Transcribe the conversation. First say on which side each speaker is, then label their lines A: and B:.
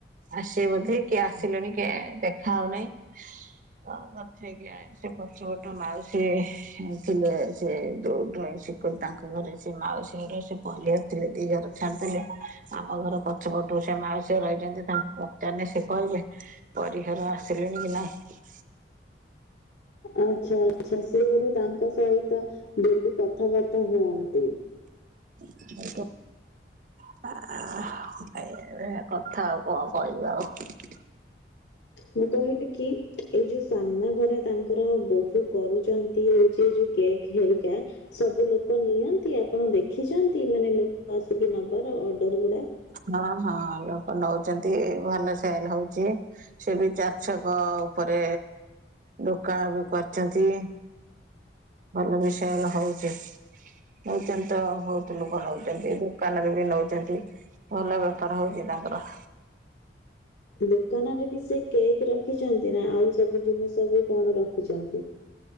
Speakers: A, on the right; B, on the left.
A: ଆସିବେ ବୋଧେ କି ଆସିଲେଣି କେୟାଣି ଦେଖା ହେଉନାହିଁ। ତ କଥା ହେଇକି ଆସେ ସେ ପଛପଟ ମାଉସୀ ଥିଲେ ସେ ଡ୍ରଇଂ ଶିଖନ୍ତି ତାଙ୍କ ଘରେ ସେ ମାଉସୀ ଘରେ ସେ କହିଲେ ଥିଲେ ଦିଅର ଛାଣିଥିଲେ ଆମ ଘର ପଛ ପଟୁ ସେ ମାଉସୀ ରହିଛନ୍ତି ତାଙ୍କୁ ପଚାରିଲେ ସେ କହିବେ? ପରି ଘର ଆସିଲେଣି କି ନାଇଁ?
B: ଆଚ୍ଛା ଆଚ୍ଛା ସିଏ ବୋଧେ ତାଙ୍କ ସହିତ ଡେଲି କଥାବାର୍ତ୍ତା ହୁଅନ୍ତି।
A: <unintelligible> ଏଇ ଭଳିଆ କଥା ଆଉ କଣ କହିବି ଆଉ?
B: ମୁଁ କହିଲି କି ଏଇ ଯୋଉ ସାମ୍ନା ଘରେ ତାଙ୍କର ବୋହୂ କରୁଛନ୍ତି ଏଇ ଯୋଉ କେକ୍ ହେରିକା। ସବୁ ଲୋକ ନିଅନ୍ତି ଆପଣ ଦେଖିଛନ୍ତି ମାନେ ଲୋକ ଆସିକି ନବାର ଅର୍ଡର ଗୁଡା?
A: ହଁ ହଁ ଲୋକ ନଉଛନ୍ତି ଭଲ ସେଲ୍ ହଉଛି। ସେ ବି ଚାରଛକ ଉପରେ ଦୋକାନ ବି କରିଛନ୍ତି ଭଲ ବି ସେଲ୍ ହଉଛି। <unintelligible> ଲୋକ ନଉଛନ୍ତି ଦୋକାନରେ ବି ନଉଛନ୍ତି ଭଲ ବେପାର ହଉଛି ତାଙ୍କର।
B: ଦୋକାନରେ ବି ସେ କେକ୍ ରଖିଛନ୍ତି ନା ଆଉ ସବୁ ଜିନିଷ ବି କଣ ରଖିଛନ୍ତି?